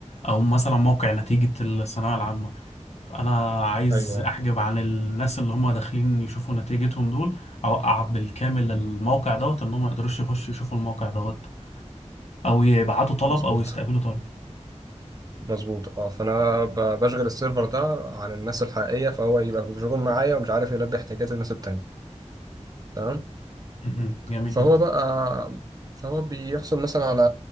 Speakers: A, on the left; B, on the right.
A: او مثلا موقع نتيجه الثانويه العامه فانا عايز
B: ايوه
A: احجب عن الناس اللي هم داخلين يشوفوا نتيجتهم دول اوقع بالكامل الموقع دوت ان هم ما يقدروش يخشوا يشوفوا الموقع دوت او يبعتوا طلب
B: مظبوط
A: او يستقبلوا طلب
B: مظبوط اه فانا ب- بشغل السيرفر ده عن الناس الحقيقيه فهو يبقى مشغول معايا ومش عارف يلبي احتياجات الناس التانية تمام
A: مهم. جميل
B: فهو
A: جدا
B: بقى فهو بيحصل مثلا على